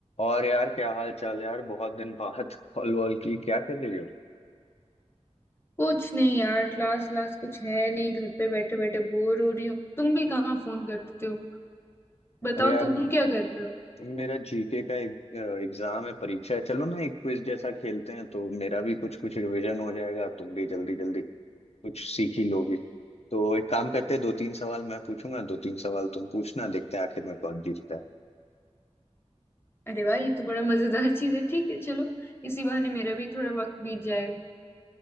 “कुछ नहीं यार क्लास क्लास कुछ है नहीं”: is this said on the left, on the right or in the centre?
Left